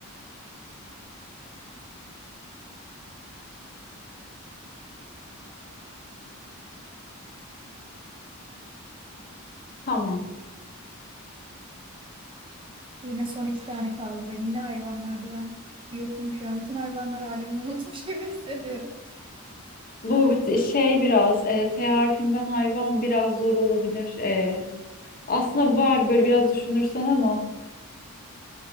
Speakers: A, on the left; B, on the right.
A: Tamam.
B: Yine son iki tane kaldı. Ben yine hayvanlarda ben yokum şu an. Bütün hayvanlar alemini unutmuş <laughs> gibi hissediyorum.
A: Bu bit- şey biraz e, T harfinden hayvan biraz zor olabilir. E, Aslında var
B: Evet.
A: böyle biraz düşünürsen ama